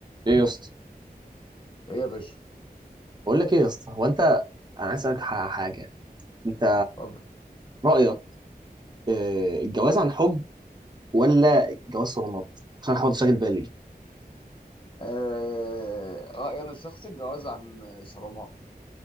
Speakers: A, on the right; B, on the left.
A: ايه يا اسطى
B: ايه يا باشا
A: بقول لك ايه يا اسطى هو انت انا عايز اسالك ح- حاجه انت
B: اتفضل
A: رايك آه، الجواز عن حب ولا الجواز صالونات عشان حاول تشغل بالي
B: آه... رأيي انا الشخصي الجواز عن صرامة